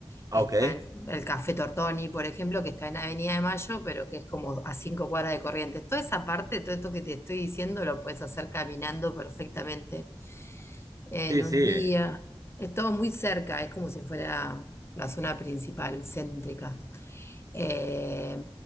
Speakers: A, on the left (about 25°); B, on the right (about 40°).
A: Está
B: Ah, ok.
A: el, el Café Tortoni, por ejemplo, que está en Avenida de Mayo, pero que es como a cinco cuadras de Corrientes. Toda esa parte, todo esto que te estoy diciendo, lo puedes hacer caminando perfectamente en
B: Sí, sí.
A: un día. Es todo muy cerca, es como si fuera la zona principal, céntrica. Eh,